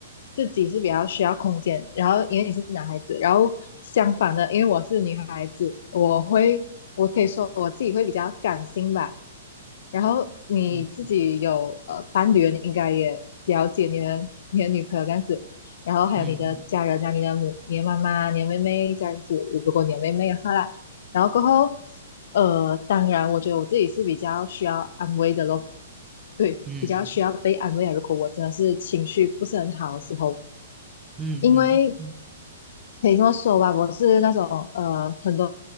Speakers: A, on the left (about 60°); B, on the right (about 20°).
A: 自己是比较需要空间，然后因为你是男孩子，然后相反的，因为我是女孩子，我会，我可以说我自己会比较感性吧。然后你自己有呃伴侣了你应该也了解你的你的女朋友这样子，
B: 嗯
A: 然后还有你的家人啊，
B: 嗯
A: 你的母、你的妈妈、你的妹妹这样子，如果你的妹妹的话啦，然后过后，呃，当然，我觉得我自己是比较需要安慰的咯，对，
B: 嗯嗯
A: 比较需要被安慰啊。如果我真的是情绪不是很好的时候，
B: 嗯嗯嗯
A: 因为可以这么说吧，我是那种呃很多